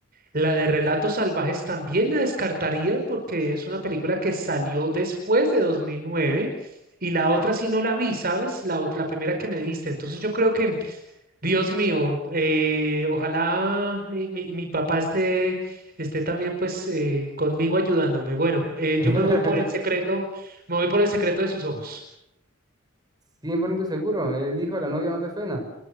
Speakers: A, on the right; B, on the right.
A: La de Relatos Salvajes también la descartaría porque es una película que salió después de 2009 y la otra sí no la vi, ¿sabes? La, ot- la primera que me diste. Entonces yo creo que Dios mío, eh, ojalá mi, mi- mi papá esté, esté también pues eh, conmigo ayudándome. Bueno, eh,
B: <laughs>
A: yo me voy por el secreto, me voy por el secreto de sus ojos.
B: 100% seguro, el hijo de la novia no te suena.